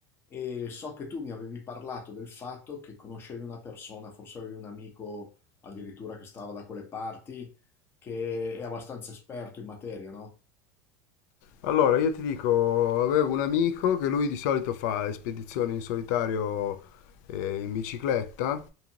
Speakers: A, on the left; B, on the left.
A: e so che tu mi avevi parlato del fatto che conoscevi una persona, forse avevi un amico addirittura che stava da quelle parti, che è abbastanza esperto in materia, no?
B: Allora, io ti dico, avevo un amico che lui di solito fa le spedizioni in solitario eh, in bicicletta